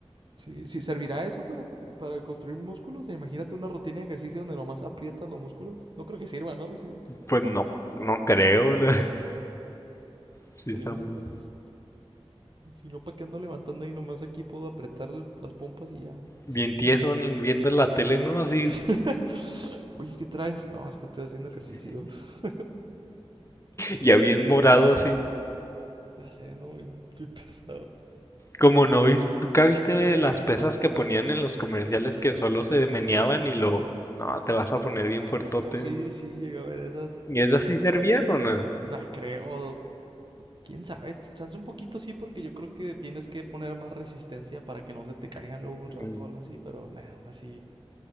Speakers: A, on the right (about 50°); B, on the left (about 30°).
A: Sí, sí, ¿servirá eso para, para construir músculos? O sea, imagínate una rutina de ejercicio donde nomás aprietas los músculos. No creo que sirva, ¿no? Sí,
B: Pues no, no creo. la- <laughs> Sí,
A: estaría
B: está
A: muy
B: muy.
A: guapos. Si no, ¿para qué ando levantando ahí? Nomás aquí puedo apretar el- las pompas y ya.
B: Bien
A: <laughs>
B: tieso en- viendo la tele, ¿no? Así,
A: <laughs> Oye, ¿qué traes? No, es que estoy haciendo ejercicio. <laughs>
B: ya bien morado, así.
A: Ya sé, no, bien, pesado.
B: Como no vis- ¿Nunca viste las pesas que ponían en los comerciales que solo se meneaban y lo. No, te vas a poner bien fuertote.
A: Oh, sí, sí, llegué a ver esas.
B: ¿Y esas
A: Nah,
B: sí servían
A: pero
B: o no?
A: no creo. ¿Quién sabe? Chance un poquito sí, porque yo creo que tienes que poner más resistencia para que no se te caigan luego un rato
B: Mm,
A: o algo así, pero nah, aún así,